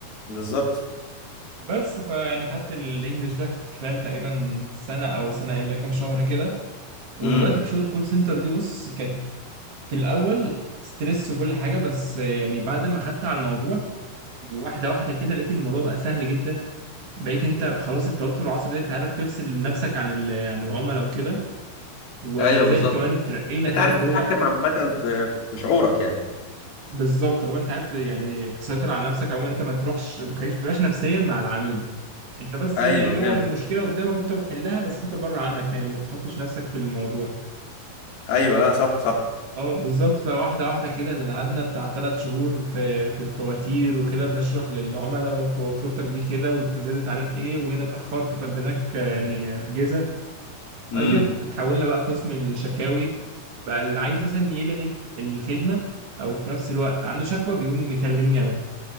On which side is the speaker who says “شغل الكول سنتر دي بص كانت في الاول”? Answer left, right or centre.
Right